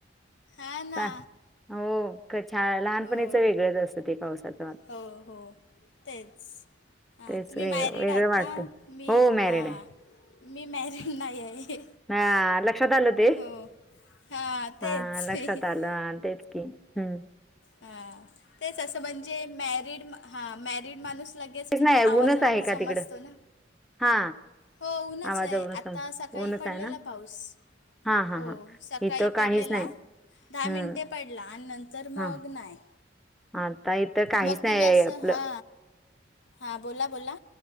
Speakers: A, on the left (about 85°); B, in the centre.
A: हा ना.
B: चा- हो छान लहानपणीच
A: हो
B: वेगळंच असतं ते पावसाच
A: हो हो तेच हा
B: तेच
A: तुम्ही
B: वेगळ
A: मॅरिड
B: वेगळं
A: आहात
B: वाटते
A: ना मी
B: हो मॅरिड
A: हा
B: आहे
A: मी मॅरिड नाही आहे.
B: ह लक्षात आलं. ते
A: हो हां तेच
B: हा लक्षात आलं तेच की हम्.
A: हा तेच असं म्हणजे मॅरिडहा मॅरीड माणूस लगेच
B: तेच
A: म्हणजे
B: नाही
A: आवाजावरून
B: ऊनच आहे का
A: समजतो
B: तिकडं
A: ना,
B: हा
A: हो उनच
B: आवाजावरून
A: आहे
B: सम
A: आता सकाळी
B: ऊनच
A: पडलेला
B: आहे ना
A: पाऊस
B: हा हा
A: हो
B: हा
A: सकाळी
B: इथं काहीच
A: पडलेला.
B: नाही
A: दहा
B: हम्म
A: मिनटे पडला आणि नंतर मग
B: हा
A: नाही.
B: आता इथं काहीच
A: मग
B: नाही
A: तुम्ही
B: आहे
A: असं
B: आपलं
A: हा हा बोला बोला.